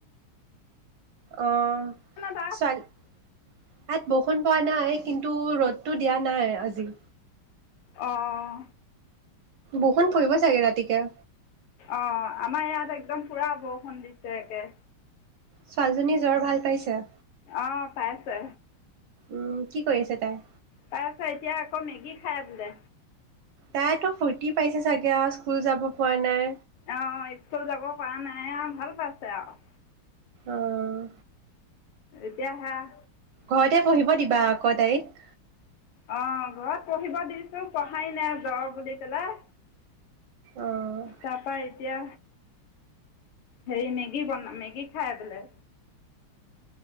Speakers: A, on the right (about 75°); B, on the left (about 80°).
A: অ
B: তাত
A: ছো <unintelligible> বৰষুণ পোৱা নাই কিন্তু ৰ'দটো দিয়া নাই আজি
B: অঁ
A: বৰষুণ পৰিব চাগে ৰাতিকে
B: অ আমাৰ ইয়াত একদম পুৰা বৰষুণ দিছে একে
A: ছোৱালীজনীয়ে জ্বৰ ভাল পাইছে
B: অ পাইছে
A: উম কি কৰি আছে তাই
B: তাই আছে এতিয়া আকৌ মেগী খাই বোলে
A: তাইতো ফূৰ্তি পাইছে চাগে আও স্কুল যাব পোৱা নাই
B: আহ স্কুল যাব পৰা নাই আৰু ভাল পাইছে আৰু
A: আহ
B: এতিয়া হে আহ
A: ঘৰতে পঢ়িব দিবা আক তাইক
B: আহ ঘৰত পঢ়িব দিছো পঢ়াই নাই জ্বৰ বুলি পেলাই
A: অ'
B: তাপা এতিয়া সেই মেগী বন মেগী খাই বোলে